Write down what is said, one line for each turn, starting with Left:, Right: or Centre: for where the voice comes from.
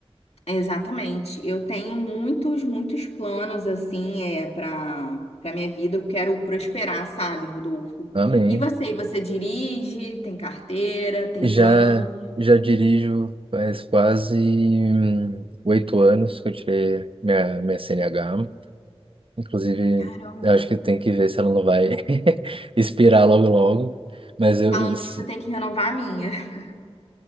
Left: Exatamente. Eu tenho muitos, muitos planos assim, é para para minha vida. Eu quero prosperar, sabe, Rodolfo?
Right: Amém.
Left: E você? E Você dirige? Tem carteira? Tem
Right: Já,
Left: plano?
Right: já dirijo faz quase hum, oito anos que eu tirei minha, minha CNH. Inclusive,
Left: Caramba.
Right: eu acho que tem que ver se ela não vai <laughs> expirar logo logo. Mas eu,
Left: Falando
Right: eu- se-
Left: nisso, eu tenho que renovar a minha. <laughs>